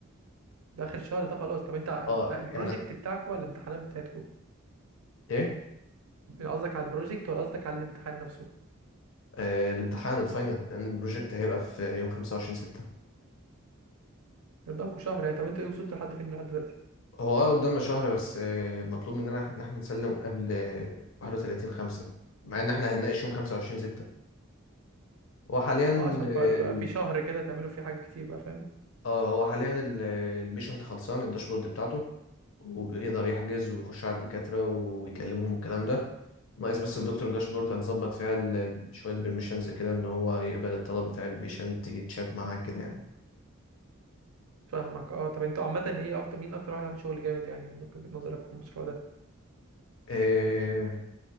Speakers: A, on the right; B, on the left.
A: ده اخر الشهر ده خلاص طب انت ال-
B: اه
A: لا البروجكت
B: يعني
A: بتاعكم ولا الامتحانات بتاعتكم
B: ايه
A: قصدك على البروجكت ولا قصدك على الامتحان نفسه
B: آه، الامتحان الفاينل لان البروجكت هيبقى في يوم 25/6
A: قدامكم شهر يعني طب انتوا ايه وصلتوا لحد فين لحد دلوقتي
B: هو اه قدامنا شهر بس آه، مطلوب مننا إح- ان احنا نسلم قبل آه، 31 5 مع ان احنا هنناقش يوم 25 6 هو حاليا
A: اه عشان
B: اه
A: بقى يبقى
B: ال-
A: في شهر كده تعملوا فيه حاجة كتير بقى فاهم
B: آه، هو حاليا ال- آه، البيشنت خلصان الداشبورد بتاعته وبيقدر يحجز ويخش على الدكاترة ويكلمهم والكلام ده ناقص بس الدكتور داشبورد هنظبط فيها ال- شوية بيرميشنز كده ان هو يقبل الطلب بتاع البيشنت يجي تشات معاه كده يعني
A: فاهمك اه طب انتوا عامة ايه اكتر مين اكتر واحد عامل شغل جامد يعني من وجهة نظرك في المشروع ده
B: آه،